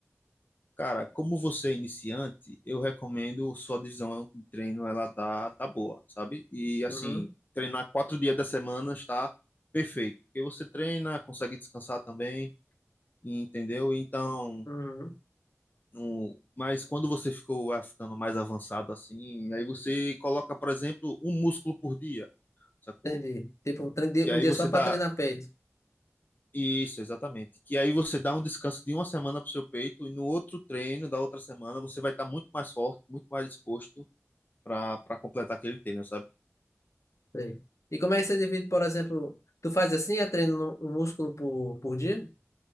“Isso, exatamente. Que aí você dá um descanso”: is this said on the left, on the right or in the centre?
Left